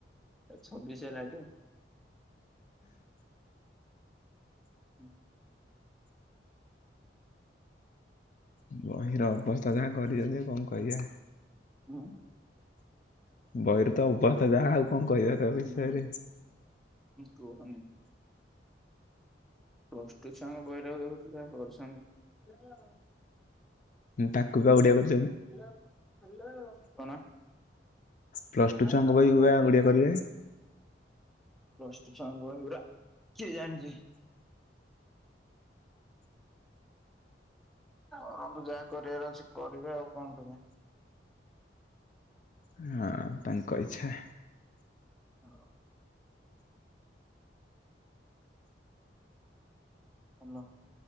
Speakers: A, in the centre; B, on the left.
A: ଛବିଶ ହେଲା ଟ। ହୁଁ।
B: ବହିର ଅବସ୍ଥା ଯାହା କରିଛନ୍ତି କଣ କହିବା?
A: ହଁ।
B: ବହିରେ ତ ଅବସ୍ଥା ଯାହା ଆଉ କଣ କହିବା ତା ବିଷୟରେ?
A: ହୁଁ କୁହନି। ପ୍ଲସ ଟୁ ଛୁଆଙ୍କ ବହିଉରାକ ଦେଖୁଚୁ ଯାହା କରିଚନ୍ତି।
B: ତାକୁ ପା ଓଡ଼ିଆ କରି
A: ହାଲୋ, ହାଲୋ। କଣ?
B: ପ୍ଲସ ଟୁ
A: ହଁ
B: ଛୁଆଙ୍କ ବହିକୁ
A: କଣ
B: ବା ଓଡ଼ିଆ
A: କରୁଛ?
B: କରିବେ
A: ପ୍ଲସ ଟୁ ଛୁଆଙ୍କ ବହିଉରା କିଏ ଜାଣିଛି? କରନ୍ତୁ ଯାହା କରିବାର ଅଛି କରିବେ ଆଉ କଣ କରିବା?
B: ହଁ ତାଙ୍କ ଇଚ୍ଛା।
A: ହଁ। ହାଲୋ।